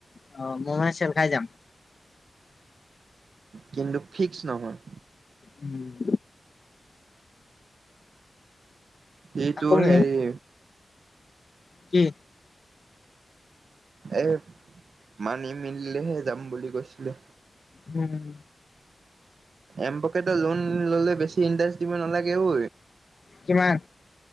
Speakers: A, on the left; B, on the right.
A: অ মই মানে চেল খাই যাম
B: কিন্তু ফিক্স নহয়
A: উম
B: এই
A: আকৌ
B: তোৰ
A: মোক
B: হেৰি
A: কি
B: এ মানি মেলিলেহে যাম বুলি কৈছিলো
A: উম
B: এম পকেটৰ লোন ল'লে বেছি ইনটাচ্ দিব নালাগে ঐ
A: কিমান